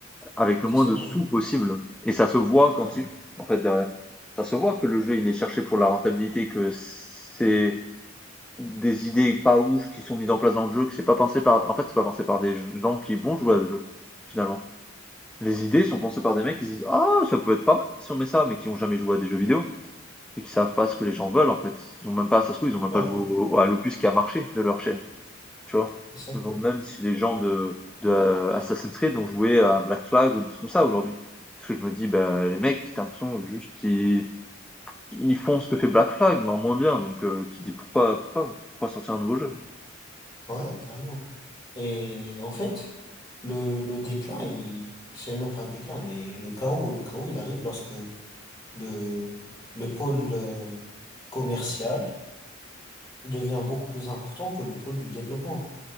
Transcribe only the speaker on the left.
C'est
ça,
ouais.
Ouais,
ouais,
c'est ça.
Ouais, carrément. Et en fait, le, le déclin, il, c'est même pas un déclin, mais le chaos, le chaos, il arrive lorsque le, le pôle euh, commercial devient beaucoup plus important que le pôle du développement.